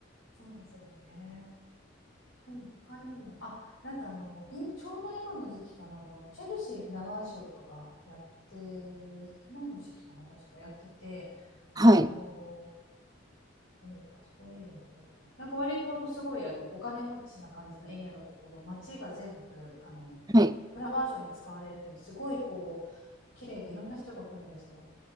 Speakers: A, on the left (about 90°); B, on the right (about 20°).
A: そうですよね。でも他にも、あ、なんかあの、今ちょうど今の時期かな、あの、チェルシーフラワーショーとかやって、今の時期かな、確かやってて、
B: はい。
A: あのえーと、あそこエリアどこだっけな。なんか割とあのすごいあのお金持ちな感じのエリアのところの街が全部あのフラワーショーに使われるんですごいこう綺麗でいろんな人が来るんですよ。
B: はい。